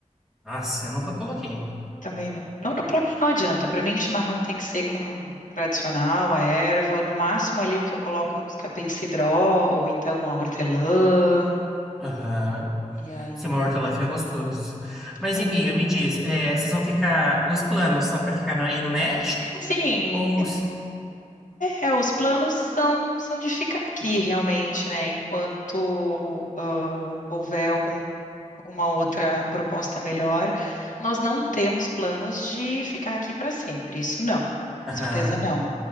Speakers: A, in the centre; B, on the left.
A: Nossa, eu nunca coloquei.
B: Também não. Não, para mim não adianta. Para mim, chimarrão tem que ser com tradicional, a erva. No máximo ali o que eu coloco é uns capim-cidró ou então a hortelã.
A: Aham.
B: E aí,
A: Se uma lá fica gostoso. Mas,
B: é.
A: e, amiga, me diz, é, vocês vão ficar... Os planos são para ficar no- aí no México?
B: Sim,
A: Ou... se-
B: é, os planos são, são de ficar aqui realmente, né? Enquanto ah, houver algum, alguma outra proposta melhor, nós não temos planos de ficar aqui para sempre. Isso não, com
A: Aham,
B: certeza não.